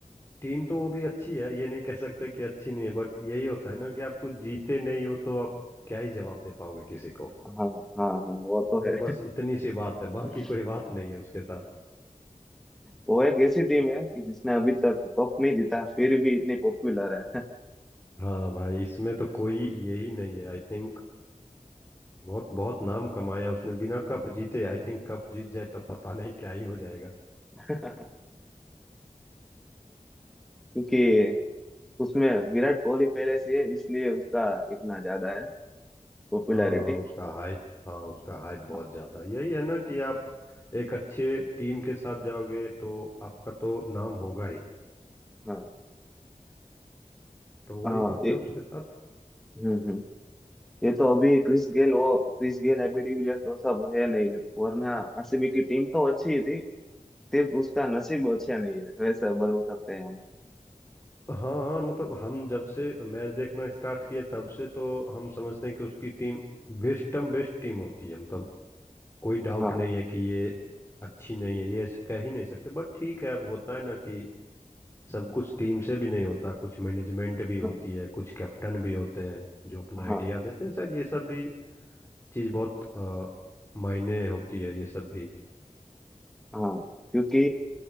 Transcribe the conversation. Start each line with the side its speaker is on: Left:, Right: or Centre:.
Left: टीम तो वो भी अच्छी है ये नहीं कह सकते कि अच्छी नहीं है बट यही होता है ना कि आप कुछ जीते नहीं हो तो आप क्या ही जवाब दे पाओगे किसी को
Centre: हाँ हाँ हाँ वो तो
Left: तो
Centre: है
Left: बस इतनी सी बात है बाकी
Centre: <laughs>
Left: कोई बात नहीं है उसके साथ
Centre: वो एक ऐसी टीम है कि जिसने अभी तक कप नहीं जीता फिर भी इतनी पॉपुलर है
Left: हाँ भाई इसमें तो कोई यही नहीं है आई थिंक बहुत बहुत नाम कमाया उसने बिना कप जीते आई थिंक कप जीत जाए तब पता नहीं क्या ही हो जाएगा
Centre: <laughs> क्योंकि उसमें विराट कोहली पहले से है इसलिए उसका इतना ज्यादा है पॉपुलैरिटी
Left: हाँ उसका हाइप हाँ उसका हाइप
Centre: हाँ
Left: बहुत ज्यादा यही है ना कि आप एक अच्छे टीम के साथ जाओगे तो आपका तो नाम होगा ही
Centre: हाँ
Left: तो वही
Centre: हाँ हाँ,
Left: बात
Centre: ए-
Left: है उसके साथ
Centre: हम्म ये तो अभी क्रिस गेल वो क्रिस गेल हैबी डिविलियर तो सब है नहीं वरना आरसीबी की टीम तो अच्छी ही थी सिर्फ उसका नसीब अच्छा नहीं है वैसे बोल सकते हैं हम
Left: हाँ मतलब हम जब से मैच देखना स्टार्ट किए तब से तो हम समझते हैं कि उसकी टीम बेस्टम बेस्ट टीम होती है मतलब कोई डाउट
Centre: हाँ
Left: नहीं है कि ये अच्छी नहीं है ये ऐसे कह ही नहीं सकते बट ठीक है अब होता है ना कि सब कुछ टीम से भी नहीं होता कुछ मैनेजमेंट भी होती
Centre: हाँ
Left: है कुछ कैप्टन भी होते हैं जो अपना आइडिया
Centre: हाँ
Left: देते हैं शायद ये सब भी चीज़ बहुत अ, मायने होती है ये सब भी
Centre: हाँ क्योंकि